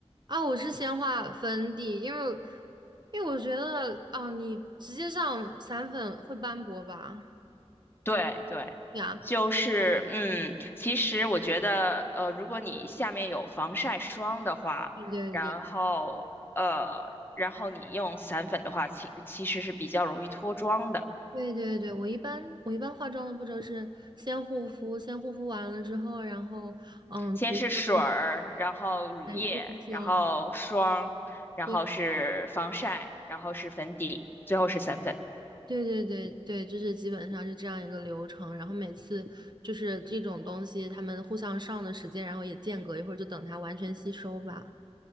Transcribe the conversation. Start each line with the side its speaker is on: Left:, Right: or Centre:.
Right: 啊！我是先画粉底，因为因为我觉得啊，你直接上散粉会斑驳吧？
Left: 对对，
Right: 呀，
Left: 就是嗯，其实我觉得，呃，如果你下面有防晒霜的话，
Right: 对对对。
Left: 然后呃，然后你用散粉的话，其其实是比较容易脱妆的。
Right: 对对对，我一般我一般化妆的步骤是先护肤，先护肤完了之后，然后嗯涂上后
Left: 先是水儿，然后乳液，
Right: 面的日霜，
Left: 然后霜，然后是防晒，
Right: 对
Left: 然后是粉底，最后是散粉。
Right: 对对对对，就是基本上是这样一个流程。然后每次就是这种东西，他们互相上的时间，然后也间隔一会儿，就等它完全吸收吧。